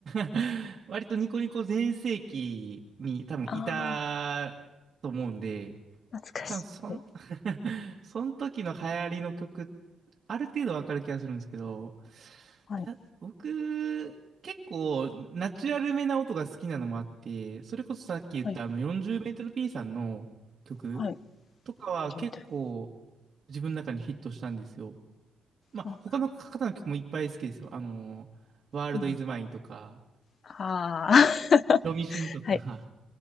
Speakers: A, on the right; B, on the left.
A: <laughs> 割とニコニコ全盛期に多分いたと思うんで、
B: ああ、懐かしい。
A: 多分そん、<laughs> その時の流行りの曲、ある程度わかる気がするんですけど、
B: はい、
A: だ、僕、結構ナチュラルめな音が好きなのもあって、それこそさっき言ったあの40メートル
B: はい、
A: P さんの曲
B: はい、はい。
A: とかは結構
B: 40メートル。
A: 自分の中にフィットしたんですよ。まあ他の方の曲もいっぱい好きですよ。
B: あ、
A: あの、ワールドイズマインとか、
B: うん、あー
A: ロミシンとか、
B: <laughs> はい、